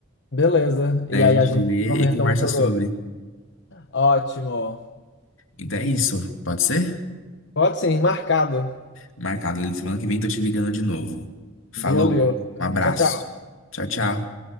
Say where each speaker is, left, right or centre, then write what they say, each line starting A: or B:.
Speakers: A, on the left; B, on the left.
A: beleza.
B: Daí
A: E aí
B: a gente
A: a gente
B: lê
A: comenta
B: e conversa
A: um sobre
B: sobre.
A: o outro. Ótimo.
B: Então é isso, pode ser?
A: Pode sim, marcado.
B: Marcado. Semana que vem tô te ligando de novo. Falou,
A: Beleza.
B: um abraço.
A: Tchau, tchau.
B: Tchau, tchau.